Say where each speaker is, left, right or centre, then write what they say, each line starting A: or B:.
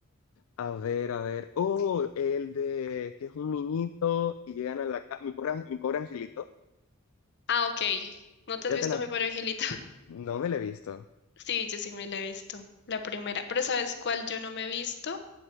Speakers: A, on the left; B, on the left.
A: a ver, a ver. Oh, el de que es un niñito y llegan a la casa. Mi pobre, ang- mi pobre angelito.
B: Ah, ok. ¿No te
A: Ya
B: has visto
A: te la.
B: Mi pobre Angelita? <laughs>
A: No me la he visto.
B: Sí, yo sí me la he visto. La primera. Pero ¿sabes cuál yo no me he visto?